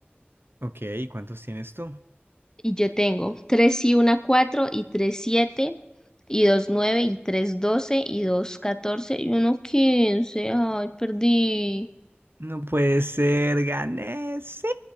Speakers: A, on the right; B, on the left.
A: Ok, ¿y cuántos tienes tú?
B: Y yo tengo 3 y una 4 y 3 7 y 2 9 y 3 12 y 2 14 y uno quince Ay, perdí.
A: No puede ser. Gané. Sí.